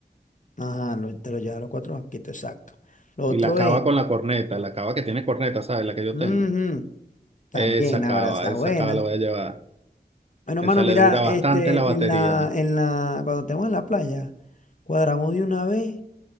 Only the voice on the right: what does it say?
Y la cava
con la corneta, la cava que tiene corneta, ¿sabes? La que yo
tengo.
Esa
cava,
esa
cava la voy a llevar.
Esa
le dura bastante
la
batería.